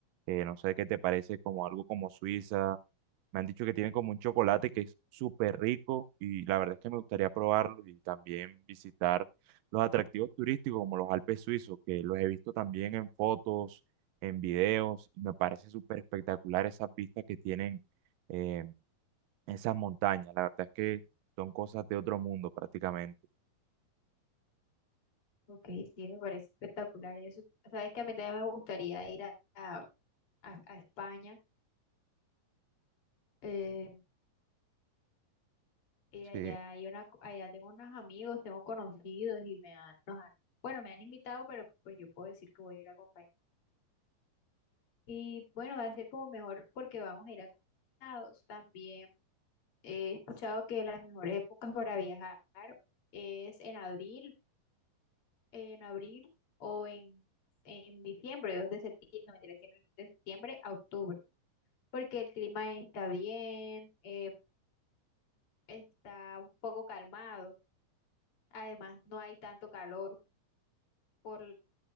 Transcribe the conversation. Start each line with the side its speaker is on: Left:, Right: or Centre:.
Right: eh, no sé qué te parece, como algo como Suiza. Me han dicho que tiene como un chocolate que es súper rico y la verdad es que me gustaría probarlo y también visitar los atractivos turísticos como los Alpes suizos, que los he visto también en fotos en videos y me parece súper espectacular esas vistas que tienen eh, esas montañas. La verdad es que son cosas de otro mundo prácticamente.
Left: ok, sí, me parece espectacular eso. Sabes que a mí también me gustaría ir a, a- a- a España. eh, y allá
Right: Sí,
Left: hay una, co- allá tengo unos amigos, tengo conocidos y me han, nos han, bueno, me han invitado, pero pues yo puedo decir que voy a ir acompañada. Y bueno, va a ser como mejor porque vamos a ir acompañados también. He escuchado que las mejores épocas para viajar es en abril, en abril o en, en diciembre, 2 de septiembre, no, mentira, diciembre no, de septiembre a octubre, porque el clima está bien, eh, está un poco calmado, además no hay tanto calor por